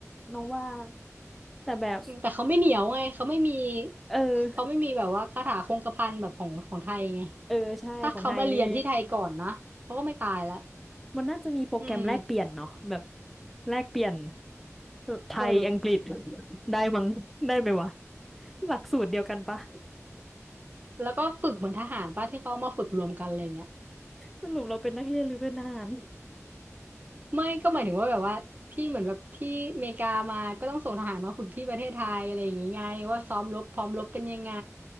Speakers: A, in the centre; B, on the right.
A: น้องว่าแต่แบบ
B: แต่เขาไม่เหนียวไงเขาไม่มี
A: เอ
B: เขาไม่มีแบบว่าคาถาคงกระพันแบบของของไทยไง
A: อเออใช่ของไทยนี่
B: ถ้าเขามาเรียนที่ไทยก่อนนะเขาก็ไม่ตายแล้ว
A: มันน่าจะมีโปรแกรมแลกเปลี่ยนเนาะแบบ
B: อืม
A: แลกเปลี่ยนไทยอังกฤษ
B: เออ
A: ได้มั้งได้ไหมวะหลักสูตรเดียวกันปะ
B: แล้วก็ฝึกเหมือนทหารป่ะที่เขามาฝึกรวมกันอะไรอย่างเงี้ย
A: สรุปเราเป็นนักเรียนหรือเป็นทหาร
B: ไม่ก็หมายถึงว่าแบบว่าที่เหมือนแบบที่อเมริกามาก็ต้องส่งทหารมาฝึกที่ประเทศไทยอะไรอย่างงี้ไงว่าซ้อมรบพร้อมรบเป็นยังไง